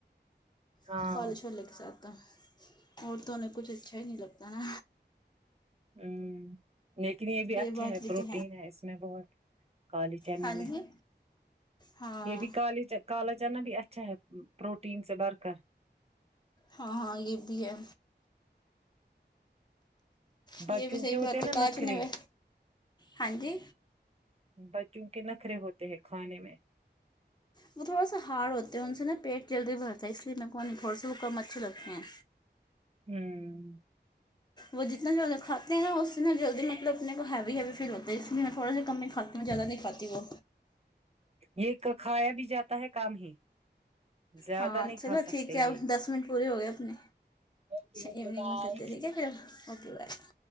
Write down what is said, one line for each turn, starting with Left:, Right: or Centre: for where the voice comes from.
Right: ہاں
Left: <unintelligible> انہیں کچھ اچھا ہی نہیں لگتا نا
Right: ہمم لیکن یہ بھی اچھا
Left: بات
Right: ہے
Left: بھی
Right: پروٹین
Left: تو
Right: ہے اس میں بہت کالی چنے
Left: ہاں
Right: میں
Left: جی ہاں
Right: یہ بھی کالی چی کالا چنا بھی اچھا ہے پروٹین سے بڑھ کر
Left: ہاں ہاں یہ بھی ہے یہ
Right: بچوں
Left: بھی صحیح
Right: کے ہوتے
Left: بات
Right: ہیں نا
Left: کالا
Right: نخرے
Left: چنا وہ ہاں جی
Right: بچوں کے نخرے ہوتے ہیں کھانے میں
Left: وہ تھوڑا سا ہارڈ ہوتے ہیں ان سے نا پیٹ جلدی بھرتا ہے اس لیے میرے کو نہیں تھوڑے سے وہ کم اچھے لگتے ہیں
Right: ہوں
Left: وہ جتنا جلد کھاتے ہیں نا اس سے نا جلدی مطلب اپنے کو ہیوی ہیوی فیل ہو ہے اس لیے میں تھوڑا سا کم ہی کھاتی ہوں زیادہ نہیں کھاتی وہ
Right: یہ کہہ کھایا بھی جاتا ہے کام ہی زیادہ
Left: ہاں
Right: نہیں
Left: چلو
Right: کھا سکتے
Left: ٹھیک ہے
Right: یہ
Left: دس منٹ پورے ہو گئے اپنی
Right: اوکے اوکے
Left: ایوننگ
Right: بائے
Left: میں کرتے ٹھیک ہے پھر اوکے بائے